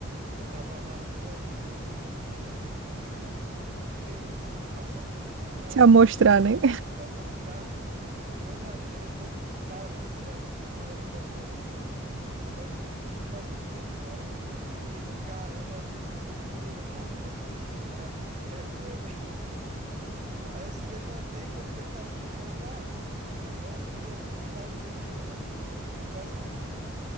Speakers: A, on the right; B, on the right.
A: Eu tava na rua e tinha umas menininhas assim, aí eu fui querer, fui querer, pa- não, vou passar aqui na frente, né? Elas
B: Se amostrar,
A: veem que eu
B: né?
A: quero mostrar. Levei uma queda, todo mundo parou assim a rua, parou pra ficar olhando pra mim. Eu- isso faz, faz um tempo já, eu fiquei, caramba, todo mundo olhando na rua assim, eu, vou eita caramba, que vergonha, <laughs> velho. Aí eu se levantei e continuei falando com o povo, ah, não, doeu não, pô, e eu na mente chorando por dentro, quase